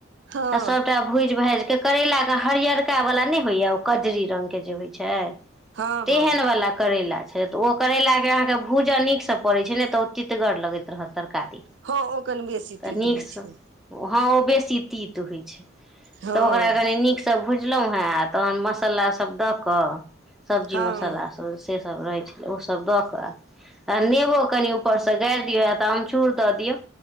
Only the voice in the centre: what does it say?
तऽ सभटा
भुजि-भाजि कऽ करैलाके हरियरका वाला नहि होइया ओ कजरी रंग के जे होइ छै
तेहन
वाला करेला छै छै तऽ ओ करैेलाके अहाँके भूजऽ नीकसँ पड़ै छै ने तऽ ओ तितगर लगैत रहत। तरकारी
तऽ
नीकसँ,
हँ ओ बेसी तित होइ छै।
तऽ ओकरा कनी नीकसँ भुज -लहुॅंहे, तहन मसाला सब दऽ कऽ सब्जी
मसाला सब से सभ रहै छै ओ सभ दऽ कऽ आ नेबो कनि ऊपरसँ गारि दियौ या तऽ अमचूर दऽ दियौ